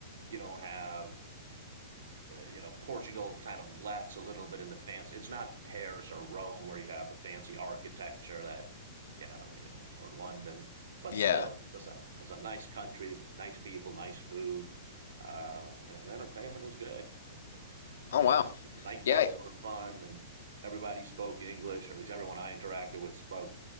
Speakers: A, on the right; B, on the left.
A: you don't have uh, you know, Portugal kind of lacks a little bit in the fancy. It's not Paris or Rome where you have the fancy architecture that, you know, yeah, or London. But
B: Yeah.
A: still, it's just a it's a nice country, nice people, nice food. Uh, you know, the entertainment was good.
B: Oh
A: You know,
B: wow.
A: the nightclubs
B: Yeah.
A: were fun, and everybody spoke English, or at least everyone I interacted with spoke